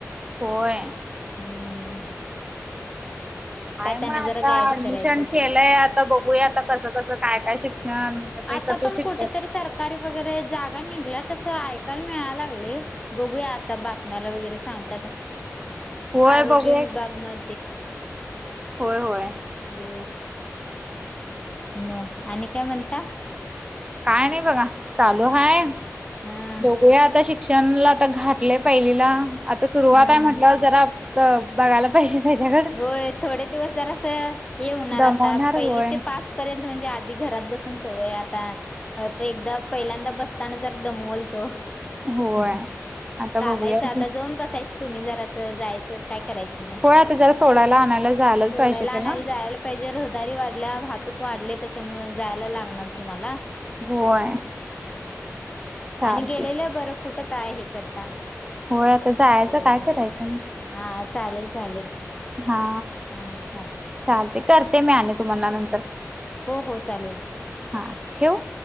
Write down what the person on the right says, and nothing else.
होय.
काय मग
आता
ऍडमिशन
केलंय आता बघूया आता कसं कसं काय काय शिक्षण? म्हणजे ते
कसं
शिकतात
होय
बघूया
होय होय.
काय नाही बघा चालू हाय
बघूया आता शिक शाम ला घातलं आता पहिलीआ सुरवात
मम्हटलं जरा बघायला पाहिजे त्याच्याकडे.
दमवणार
होय
होय
आता बघूया
की
होय आता जरा सोडायला आणायला झालाच
पाहिजे त्याला
होय.
चालते
हो आता जायचं
काय करायचं मग
हा
चालते करते मी आणि तुम्हाना नंतर.
हा ठेवू